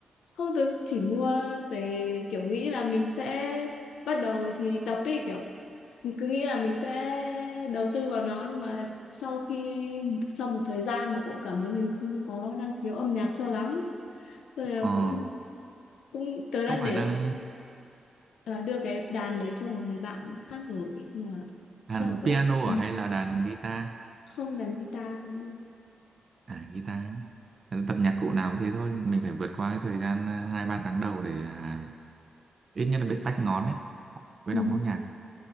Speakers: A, on the left (about 85°); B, on the right (about 50°).
A: không tớ chỉ mua về kiểu nghĩ là mình sẽ bắt đầu thì tập ấy kiểu mình cứ nghĩ là mình sẽ đầu tư vào nó nhưng mà sau khi sau một thời gian mình cũng cảm thấy mình không có năng khiếu âm nhạc cho lắm cho nên là
B: Ờ,
A: cũng cũng tớ đã
B: không
A: để
B: phải là
A: ờ, đưa cái đàn đấy cho một người bạn khác rồi nhưng mà
B: đàn
A: chắc là cũng
B: piano
A: ừ,
B: à hay là đàn guitar?
A: không đàn guitar thôi
B: À guitar. Ờ, Tập nhạc cụ nào cũng thế thôi, mình phải vượt qua cái thời gian ờ, 2 3 tháng đầu để à, ít nhất là biết tách ngón ấy với
A: ừ.
B: đọc nốt nhạc.